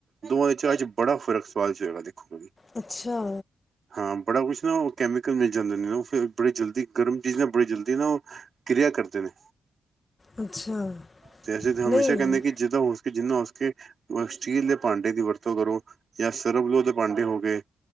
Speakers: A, on the right; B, on the left.
A: ਦੋਵਾਂ ਦੇ ਚਾਹ ਚ ਬੜਾ ਫ਼ਰਕ ਸਵਾਦ‌ ਚ ਹੈਗਾ ਦੇਖੋ
B: ਅੱਛਾ
A: ਹਾਂ ਬੜਾ ਕੁਛ ਨਾ ਕੈਮੀਕਲ ਮਿਲ ਜਾਂਦੇ ਨੇ ਉਹ ਫੇਰ ਬੜੀ ਜਲਦੀ ਗਰਮ ਚੀਜ਼ਾਂ ਨਾਲ ਬੜੀ ਜਲਦੀ ਨਾ ਉਹ ਕਿਰਿਆ ਕਰਦੇ। ਕਰਦੇ ਨੇ
B: ਅੱਛਾ
A: ਤੇ ਅਸੀਂ ਤੇ ਹਮੇਸ਼ਾ
B: ਨਹੀਂ
A: ਕਹਿੰਦੇ ਕਿ ਜਿੱਦਾ ਹੋ ਸਕੇ ਜਿੰਨਾ ਹੋ ਸਕੇ ਸਟੀਲ ਦੇ ਭਾਂਡੇ ਦੀ ਵਰਤੋਂ ਕਰੋ। ਜਾ ਸਰਵਲਓ ਤੇ ਭਾਂਡੇ ਹੋ ਗਏ।